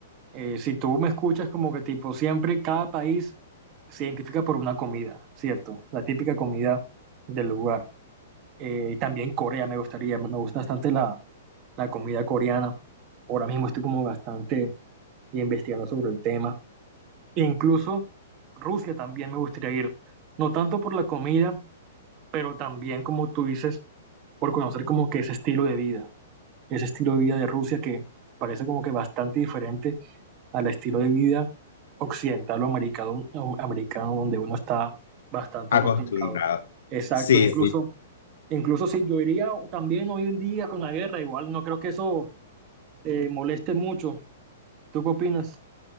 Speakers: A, on the right; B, on the left.
A: Eh, si tú me escuchas, como que tipo, siempre cada país se identifica por una comida, ¿cierto? La típica comida del lugar. Eh, y también Corea me gustaría, me gusta bastante la, la comida coreana. Ahora mismo estoy como bastante investigando sobre el tema e Incluso Rusia también me gustaría ir, no tanto por la comida, pero también, como tú dices, por conocer como que ese estilo de vida, ese estilo de vida de Rusia que parece como que bastante diferente al estilo de vida occidental o americano, o americano donde uno está bastante
B: Acostumbrado.
A: acostumbrado. Exacto,
B: Sí,
A: incluso,
B: sí.
A: incluso si yo iría también hoy en día con la guerra, igual no creo que eso eh, moleste mucho. ¿Tú qué opinas?